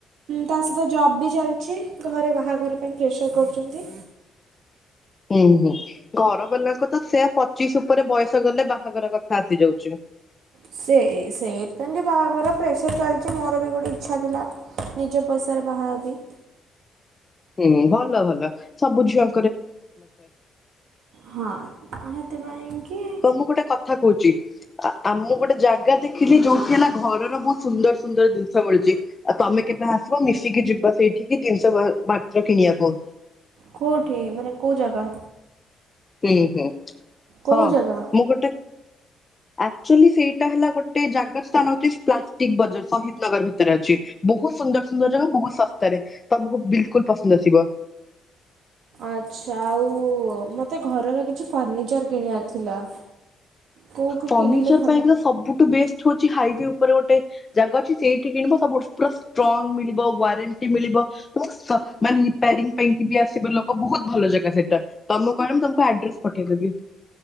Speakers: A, on the right (about 75°); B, on the left (about 25°).
A: ତା ସ ତ ଜବ ବି ଚାଲିଛି ଘରେ ବାହାଘର ପାଇଁ ପ୍ରେସର କରୁଛନ୍ତି।
B: ହୁଁ ହୁଁ ଘର ବାଲାଙ୍କୁ ତ ସେୟା ପଚିଶ ଉପରେ ବୟସ ଗଲେ ବାହାଘର କଥା ଆସିଯାଉଛି।
A: ସେଇ ସେଇଥିପାଇଁ ବାହାଘର ପ୍ରେସର ଚାଲିଛି ମୋର ବି ଗୋଟେ ଇଚ୍ଛା ଥିଲା। ନିଜ ପଇସାରେ ବାହାହେବି।
B: ହୁଁ ଭଲ ଭଲ ସବୁ ଝିଅ
A: ହଁ ସେଥିପାଇଁକି।
B: ତ ମୁଁ ଗୋଟେ କଥା କହୁଛି ଆମକୁ ଗୋଟେ ଜାଗା ଦେଖି ଦେଖିଲି ଯୋଉଠି ହେଲା ଘରର ବହୁତ ସୁନ୍ଦର ସୁନ୍ଦର ଜିନିଷ ମିଳୁଛି ଆଉ ତମେ କେବେ ଆସିବ ମିଶିକି ଯିବା ସେଇଠି କି ଜିନିଶ ପାତ୍ର କିଣିବାକୁ।
A: କୋଉଠି ମାନେ କୋଉ ଜାଗା?
B: ହୁଁ ହୁଁ
A: କୋଉ
B: ହଁ
A: ଜାଗା?
B: ମୁଁ ଗୋଟେ ଆକଚୁଆଲି ସେଇଟା ହେଲା ଗୋଟେ ଜାଗା <unintelligible> ବଜାର ଶହିଦ ନଗର ଭିତରେ ଅଛି ବହୁତ ସୁନ୍ଦର ସୁନ୍ଦର ଜାଗା ବହୁତ ଶସ୍ତାରେ ତମକୁ ବିଲକୁଲ ପସନ୍ଦ ଆସିବ।
A: ଆଚ୍ଛା ଆଉ ମୋତେ ଘରର କିଛି ଫର୍ଣ୍ଣିିଚର୍ କିଣିବାର ଥିଲା। କୋଉଠୁ
B: ଫର୍ନିଚର
A: କିଣିଲେ ଭଲ
B: ପାଇଁକା ସବୁଠୁ ବେଷ୍ଟ ହଉଛି ହାଇୱେ ଉପରେ ଗୋଟେ ଜାଗା ଅଛି ସେଇଠି କିଣିବ ସବୁ ପୁରା ଷ୍ଟ୍ରଙ୍ଗ ମିଳିବ ୱାରେଣ୍ଟି ମିଳିବ। ତ ମାନେ ରିପାରିଙ୍ଗ ପାଇଁ ବି ଆସିବ ଲୋକ ବହୁତ ଭଲ ଜାଗା ସେଇଟା। ତମ କହିଲେ ମୁଁ ତମକୁ ଆଡ୍ରେସ ପଠେଇଦେବି।